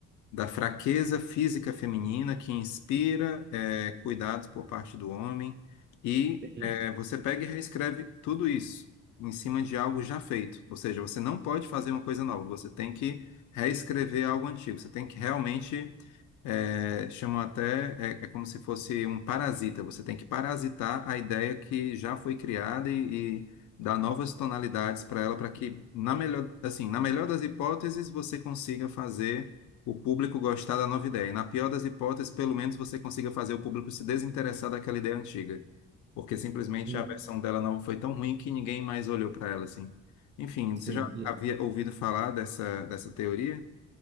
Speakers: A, on the left (about 75°); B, on the right (about 35°).
A: da fraqueza física feminina que inspira é, cuidados por parte do homem, e
B: Sim,
A: é, você pega e reescreve tudo isso em cima de algo já feito. Ou seja, você não pode fazer uma coisa nova, você tem que reescrever algo antigo, você tem que realmente é, chamam até, é, é como se fosse um parasita. Você tem que parasitar a ideia que já foi criada e, e dar novas tonalidades para ela, para que, na melhor, assim, na melhor das hipóteses, você consiga fazer o público gostar da nova ideia. E na pior das hipóteses, pelo menos você consiga fazer o público se desinteressar daquela ideia antiga. Porque simplesmente
B: sim.
A: a versão dela nova foi tão ruim que ninguém mais olhou para ela, assim. Enfim,
B: sim.
A: você já havia ouvido falar dessa, dessa teoria?